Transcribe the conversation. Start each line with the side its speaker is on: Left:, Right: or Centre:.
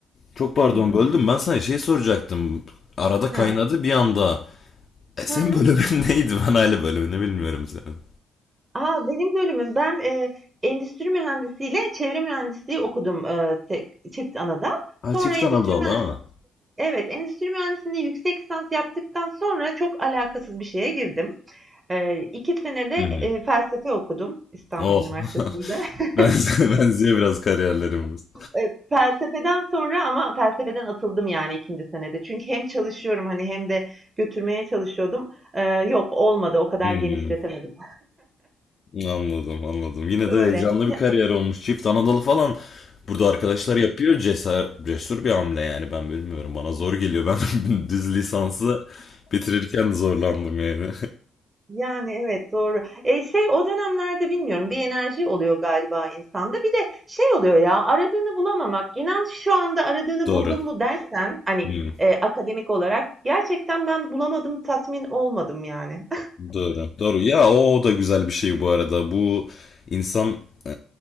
Left: Çok pardon
Right: Hı hı.
Left: böldüm ben sana şey soracaktım. Arada kaynadı
Right: Hı.
Left: bir anda. E sen
Right: Hı.
Left: bölümün <laughs> neydi? Ben aile bölümünü bilmiyorum senin.
Right: Aa, benim bölümüm. Ben e, endüstri mühendisiyle çevre mühendisliği okudum e, tek, çift anadan.
Left: Ha
Right: Sonra
Left: çift
Right: endüstri
Left: Anadolu
Right: mühendis,
Left: ha.
Right: evet endüstri mühendisliğinde yüksek lisans yaptıktan sonra çok alakasız bir şeye girdim. Eee, sene de,
Left: Hı hı.
Right: eee, felsefe okudum İstanbul
Left: Oh.
Right: Üniversitesi'nde.
Left: <laughs>
Right: <laughs>
Left: Ben benziyor biraz kariyerlerimiz.
Right: Eee, felsefeden sonra ama felsefeden atıldım yani 2. senede. Çünkü hem çalışıyorum hani hem de götürmeye çalışıyordum. Eee, yok olmadı o kadar
Left: Hı hı.
Right: genişletemedim.
Left: Anladım, anladım. Yine
Right: Öyle.
Left: de heyecanlı
Right: Ya-
Left: bir kariyer olmuş. Çift Anadolu falan burada arkadaşlar yapıyor. Cesur, cesur bir hamle yani ben bilmiyorum. Bana zor geliyor. Ben <laughs> düz lisansı bitirirken de zorlandım yani.
Right: yani evet doğru. E, şey o dönemlerde bilmiyorum bir enerji oluyor galiba insanda. Bir de şey oluyor ya aradığını bulamamak. İnan şu anda aradığını
Left: <laughs> Doğru.
Right: buldun mu dersen hani
Left: Hmm,
Right: e, akademik olarak gerçekten ben bulamadım tatmin olmadım yani.
Left: doğru. Doğru. Ya o, o da güzel bir şey bu arada. Bu insan e,